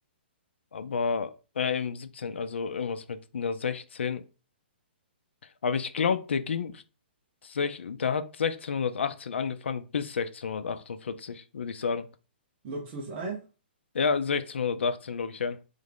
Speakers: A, on the left; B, on the right.
A: aber äh, im 17., also irgendwas mit einer 16. Aber ich glaube, der ging, sech- der hat 1618 angefangen bis 1648, würde ich sagen.
B: Loggst du es ein?
A: Ja, 1618 logge ich ein.